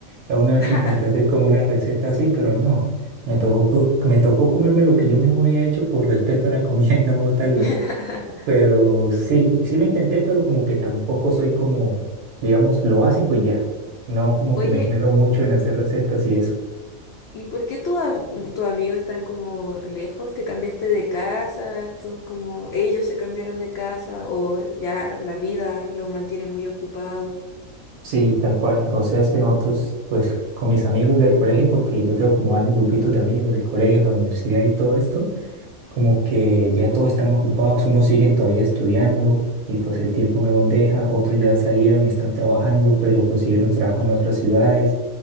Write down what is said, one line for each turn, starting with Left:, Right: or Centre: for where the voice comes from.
Right: Ya Una vez
Left: <laughs>
Right: intenté hacer como una receta así, pero no. Me tocó, co- me tocó comerme lo que yo mismo había hecho por respeto a la comida y no botarla.
Left: <laughs>
Right: Pero sí, sí lo intenté, pero como que tampoco soy como, digamos, lo básico y ya. No como
Left: Oye,
Right: que me esmero mucho en hacer recetas y eso.
Left: ¿y por qué tus am- tus amigos están como lejos? ¿Te cambiaste de casa? ¿Estos como ellos se cambiaron de casa o ya la vida los mantiene muy ocupados?
Right: Sí, tal cual. O sea, es que nosotros, pues, con mis amigos del colegio, porque yo tengo como varios grupitos de amigos del colegio, la universidad y todo esto. como que ya todos están ocupados, unos siguen todavía estudiando y pues el tiempo no los deja, otros ya salieron y están trabajando, pero consiguieron trabajo en otras ciudades,